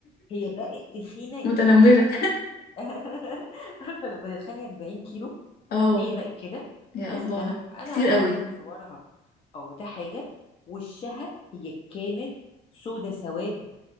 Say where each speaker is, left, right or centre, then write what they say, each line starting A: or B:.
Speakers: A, on the left; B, on the left.
A: هي بقت تخينة ج-
B: متنمرة
A: عارفة بتخني <laughs> عارفة لما تتخني 40 كيلو
B: <laughs> اه
A: هي بقت كده
B: يا
A: لازم
B: الله
A: انا انا
B: كتير قوي
A: هبعت لك صورها اه ده حاجة وشها هي كانت سودة سواد